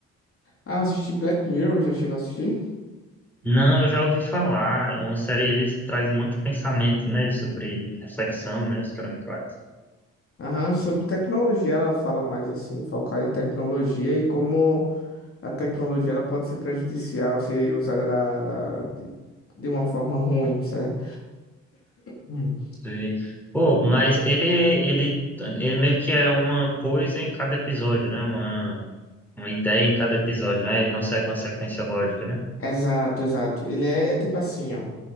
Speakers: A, on the left; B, in the centre.
A: Ah, assisti Black Mirror, já chegou a assistir?
B: Não, eu já ouvi falar. Uma série, ele traz um monte de pensamento, né? Sobre reflexão, né? Os caras me falam.
A: Aham, sobre tecnologia, ela fala mais assim, focada em tecnologia e como a tecnologia ela pode ser prejudicial, ser usada da, da- de, de uma forma ruim, certo? Hum.
B: Sim. Pô, mas ele, ele, ele meio que é uma coisa em cada episódio, né? Uma, uma ideia em cada episódio, né? Ele não segue uma sequência lógica, né?
A: Exato, exato. Ele é, é tipo assim, ó.